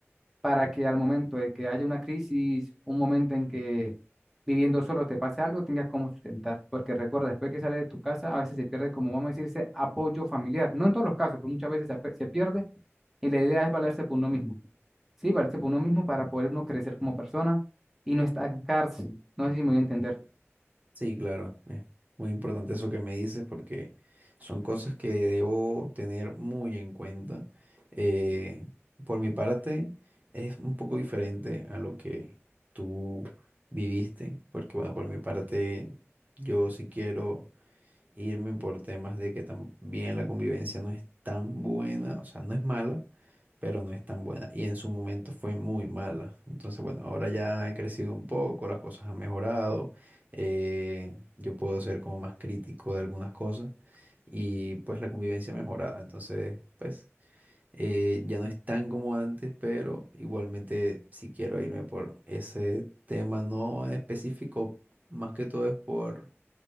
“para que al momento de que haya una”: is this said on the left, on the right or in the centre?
Centre